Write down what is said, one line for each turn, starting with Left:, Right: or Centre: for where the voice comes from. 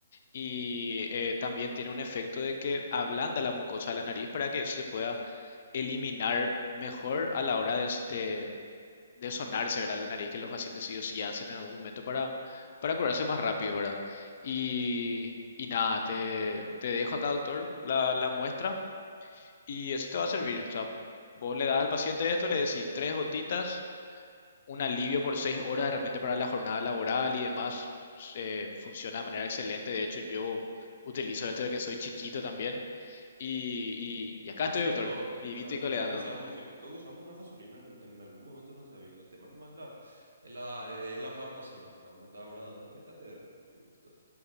Left: Y eh, también tiene un efecto de que ablanda la mucosa de la nariz para que eso se pueda eliminar mejor a la hora de, s- de- de sonarse, ¿verdad? La nariz que los pacientes sí o sí hacen en algún momento para, para curarse más rápido, ¿verdad? Y, y nada, te, te dejo acá, doctor, la, la muestra y eso te va a servir. O sea, vos le das al paciente esto, le decís tres gotitas un alivio por seis horas de repente para la jornada laboral y demás eh, funciona de manera excelente. De hecho, yo utilizo esto de que soy chiquito también. Y, y- y acá
Right: O sea,
Left: estoy,
Right: sí,
Left: doctor,
Right: todo, to-
Left: vivito
Right: o sea,
Left: y coleando.
Right: todos usamos, sí, todos usamos la fasolina en, en algún momento de nuestra vida. El tema nomás es la, es la, es la farmacéutica, como me estaba ahora dando de catedral. tipo, esto-